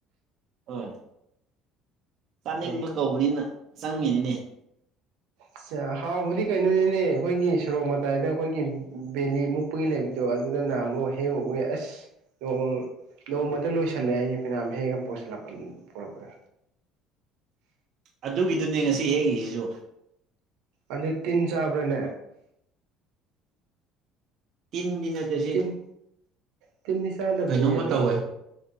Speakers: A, on the right (about 50°); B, on the right (about 85°).
A: ꯍꯣꯏ ꯆꯥꯅꯤꯡꯕ
B: ꯑꯦ
A: ꯀꯧꯕꯅꯤꯅ ꯆꯪꯉꯤꯅꯤꯅꯦ
B: ꯑꯁ ꯍꯥꯎꯕꯗꯤ ꯀꯩꯅꯣꯅꯤꯅꯦ ꯑꯩꯈꯣꯏꯒꯤ ꯁꯣꯔꯣꯛ ꯃꯛ ꯇꯥꯏꯗ ꯑꯈꯣꯏꯒꯤ ꯕꯦꯂꯤ ꯃꯨꯛꯄꯒꯤ ꯂꯩꯕꯗꯣ ꯑꯗꯨꯗ ꯅꯍꯃꯨꯛ ꯍꯦꯛꯎꯕꯒꯤ ꯑꯁ ꯅꯣꯡ ꯅꯣꯡꯃꯗ ꯂꯣꯏꯁꯜꯂꯦ ꯍꯥꯏꯅꯤ ꯐꯩꯅꯥꯝ ꯍꯦꯛꯑꯒ ꯄꯣꯁꯜꯂꯛꯄ ꯄꯣꯔꯛꯄꯗ
A: ꯑꯗꯨꯒꯤꯗꯨꯅꯦ ꯉꯁꯤ ꯍꯦꯛꯏꯖꯤꯖꯨ
B: ꯑꯗꯨ ꯇꯤꯟ ꯆꯥꯕ꯭ꯔꯅꯦ
A: ꯇꯤꯟꯗꯤ ꯅꯠꯇꯦ ꯁꯤ
B: ꯇꯤꯟ ꯇꯤꯟꯗꯤ ꯆꯥꯗꯕꯅꯦꯍꯦ
A: ꯀꯩꯅꯣꯝꯃ
B: ꯑꯗꯣ
A: ꯇꯧꯋꯦ